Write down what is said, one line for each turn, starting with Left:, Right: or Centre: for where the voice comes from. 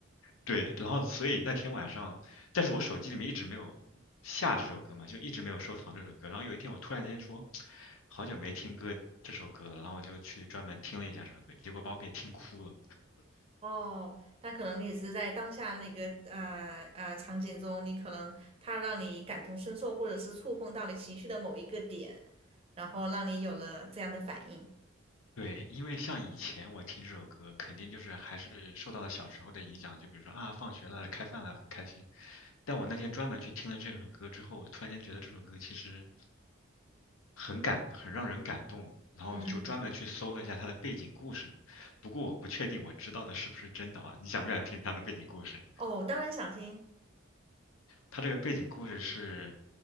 Left: 对，然后所以那天晚上，但是我手机里面一直没有下这首歌嘛，就一直没有收藏这首歌。然后有一天我突然间说，好久没听歌这首歌了，然后我就去专门听了一下这首歌，结果把我给听哭了。
Right: 哦，那可能你是在当下那个呃呃场景中，你可能它让你感同身受，或者是触碰到你情绪的某一个点，然后让你有了这样的反应。
Left: 对，因为像以前我听这首歌，肯定就是还是受到了小时候的影响，就比如说啊，放学了，开饭了，很开心。但我那天专门去听了这首歌之后，我突然间觉得这首歌其实很感，很让人感动。然后就专门去搜了一下他的背景故事嘛。
Right: 嗯，
Left: 不过我不确定我知道的是不是真的啊，你想不想听他的背景故事？
Right: 哦，我当然想听。
Left: 他这个背景故事是，